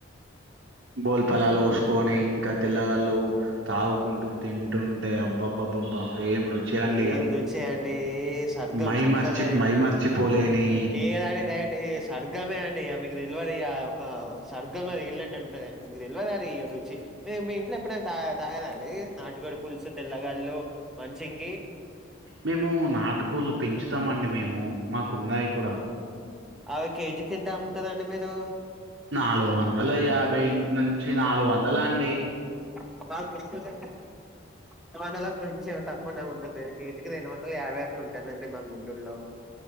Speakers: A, on the right; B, in the centre.
A: బోల్పలాలు పోసుకొని ఇంకా తెల్లగళ్ళు తాగుకుంటూ తింటుంటే అబ్బబ్బబ్బబ్బా ఏం రుచి అండి
B: ఏం
A: అది
B: రుచే అండి సర్గం
A: మైమర్చి
B: సర్గంలా లేదండి
A: మైమర్చిపోలేని
B: <unintelligible> డైరెక్ట్ ఈ సర్గమే అండి ఇక మీకు డెలివరీ ఇయ్యా ఒక స్వర్గంలో తిలినట్టు ఉంటదాండి మీకు తెలియద అది ఈ రుచి మీ మీ ఇంట్లో ఎప్పుడైనా త తాగరండి నాటుకొడి పులుసు తెల్లగాలు మంచింగ్
A: మేము నాటుకోళ్లు పెంచుతామండి మేము మాకున్నాయి కూడా
B: ఓ కేజీకి ఎంత అమ్ముతరండి మీరు
A: నాలుగు వందల యాభై నుంచి నాలుగు వందల అండి
B: ఆ పాప ఉరుకుతుండే మూడు వందల కి కొంచెం తక్కువనే ఉంటుంది కేజీ చికెన్ రెండు వందలు యాభై అట్లా ఉంటాదండి మా గుంటూరులో